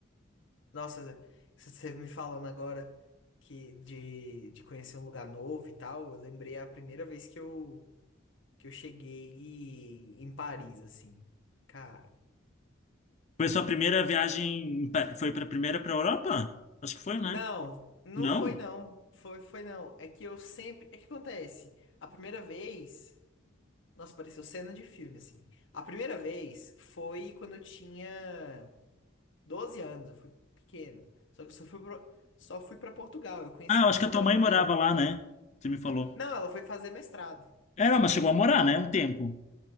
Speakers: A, on the left (about 60°); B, on the left (about 35°).
A: Nossa, Zé, se você me falando agora que de, de conhecer um lugar novo e tal, eu lembrei a primeira vez que eu, que eu cheguei em Paris, assim. Cara.
B: Foi sua primeira viagem, pa- foi para primeira para Europa? Acho que foi, né?
A: Não, não
B: Não?
A: foi não. Foi, foi não. É que eu sempre. É que acontece. A primeira vez. Nossa, pareceu cena de filme, assim. A primeira vez foi quando eu tinha. 12 anos, eu fui pequeno. Só que eu só fui pro- só fui pra Portugal, eu conheci
B: Ah, eu
A: Portugal
B: acho que a tua mãe
A: inteira.
B: morava lá, né? Você me falou.
A: Não, ela foi fazer mestrado.
B: É, não, mas chegou a morar, né? Um tempo.